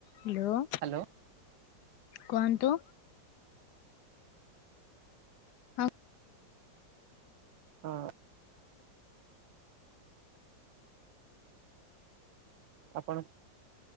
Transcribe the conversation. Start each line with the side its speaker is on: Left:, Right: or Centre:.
Left: Hello
Right: hello
Left: କୁହନ୍ତୁ ହଁ କଣ
Right: ହଁ ଆପଣ